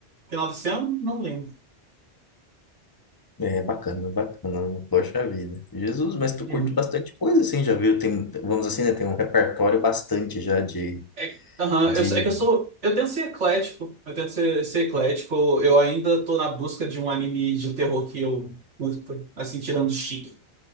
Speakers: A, on the right; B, on the left.
A: Final desse ano? Não lembro.
B: É bacana, bacana, poxa vida. Jesus, mas tu
A: Uhum.
B: curte bastante coisa, assim, já viu? Tem, vamos assim, né? Tem um repertório bastante já de,
A: É, aham,
B: De.
A: eu, sou- é que eu sou. Eu tento ser eclético. Eu tento ser, ser eclético. Eu ainda tô na busca de um anime de terror que eu curta, assim, tirando Chique.